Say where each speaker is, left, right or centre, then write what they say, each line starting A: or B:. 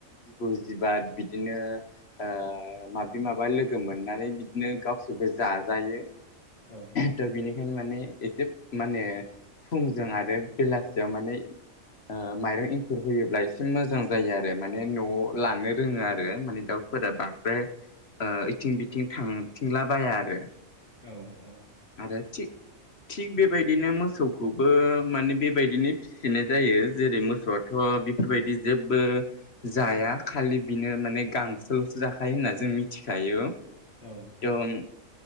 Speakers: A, on the left; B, on the left.
A: जिबौ जिबा बिदिनो ओ माबि माबा लोगो मोननानै बिदिनो गावसोरबो जाजायो।
B: औ
A: थ बिनि बेखायनो माने एसे माने फुंजों आरो बेलासियाव माने ओ माइरं एंखुर होयोब्ला एसे मोजां जायो आरो मानि माने न'आव लानो रोङो आरो आरो माने दाउफोरा बांद्राय ओ थिं बिथिं थांथिंला बाया आरो
B: औ औ
A: आरो थि थिग बेबायदिनो मोसौखौबो माने बेबायदिनो फिसिनाय जायो जेरै मोसौआथ बेफोरबायदि जेबो जाया खालि बेनो माने गांसोलसो जाखायो होनना जों मिथिखायो।
B: औ
A: थ'
B: औ।